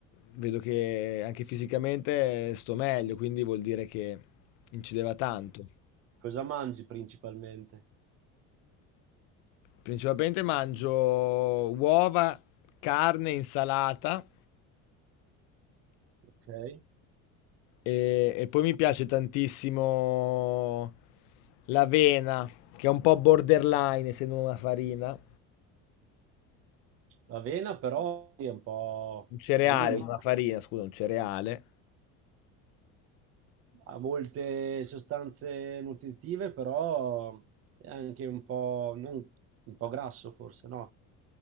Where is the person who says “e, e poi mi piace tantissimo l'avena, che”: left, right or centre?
Left